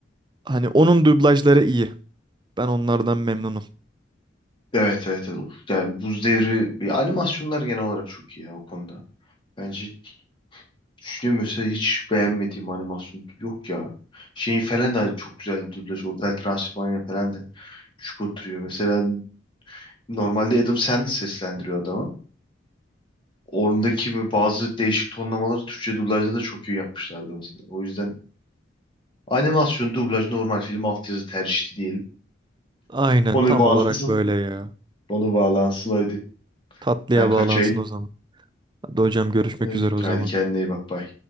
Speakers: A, on the right; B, on the left.
A: Hani onun dublajları iyi. Ben onlardan memnunum.
B: Evet evet. evet. Of, Yani Buz Devri bir animasyonlar genel olarak çok iyi ya o konuda. Bence düşünüyorum mesela hiç beğenmediğim animasyon yok ya. Şeyin falan da çok güzel dublaj. Hotel Transylvania falan da şık oturuyor. Mesela normalde Adam Sandler seslendiriyor adamı. Oradaki böyle bazı değişik tonlamaları Türkçe dublajda da çok iyi yapmışlardı mesela. O yüzden Animasyon, dublaj, normal film, altyazı tercihli diyelim.
A: Aynen
B: Konu
A: tam
B: bağlansın.
A: olarak böyle ya.
B: Konu bağlansın hadi.
A: Tatlıya
B: Ben kaçayım.
A: bağlansın o zaman. Hadi hocam görüşmek
B: Ee,
A: üzere o
B: Haydi
A: zaman.
B: kendine iyi bak. Bye.